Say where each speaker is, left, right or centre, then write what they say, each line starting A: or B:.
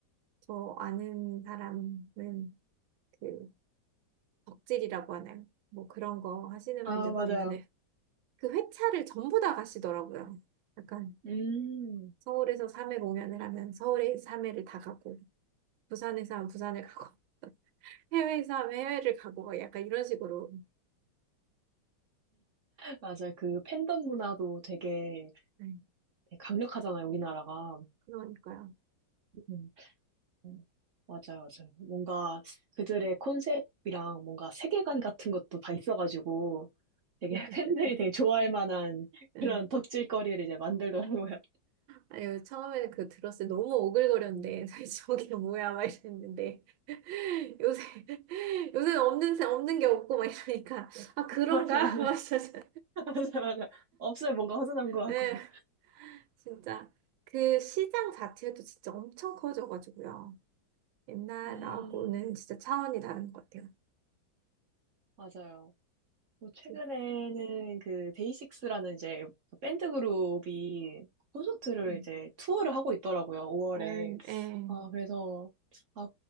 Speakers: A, on the right (about 85°); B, on the right (about 60°).
A: 저 아는 사람은 그 덕질이라고 하나요? 뭐 그런 거 하시는
B: 아,
A: 분들
B: 맞아요.
A: 보면은 그 회차를 전부 다 가시더라고요. 약간
B: 음.
A: 서울에서 3회 공연을 하면 서울에 3회를 다 가고 부산에서 하면 부산을 가고 <laughs> 해외에서 하면 해외를 가고 막 약간 이런 식으로
B: 맞아요. 그 팬덤 문화도 되게
A: 네,
B: 강력하잖아요, 우리나라가.
A: 그러니까요.
B: 음. 음, 맞아요, 맞아요. 뭔가 그들의 컨셉이랑 뭔가 세계관 같은 것도 다 있어가지고 되게
A: <laughs>
B: <laughs> 팬들이 되게 좋아할 만한
A: 네.
B: 그런 덕질거리를 이제 만들더라고요. <laughs>
A: 아유, 처음에는 그 들었을 때 너무 오글거렸는데, <laughs> 저게 뭐야, 막 이랬는데, <laughs> 요새, 요새는 없는, 사- 없는 게 없고, 막 이러니까, 아, 그런가?
B: 맞아,
A: <laughs> 막 이러면서.
B: 맞아, 맞아, 맞아. 없으면 뭔가 허전한 것
A: 네,
B: 같고.
A: 진짜 그 시장 자체도 진짜 엄청 커져가지고요. 옛날하고는
B: 음,
A: 진짜 차원이 다른 것 같아요.
B: 맞아요. 뭐 최근에는
A: 그,
B: 그 데이식스라는 이제 그 밴드 그룹이 콘서트를
A: 음,
B: 이제 투어를 하고 있더라고요, 5월에.
A: 약간, 예.
B: 아, 그래서, 아,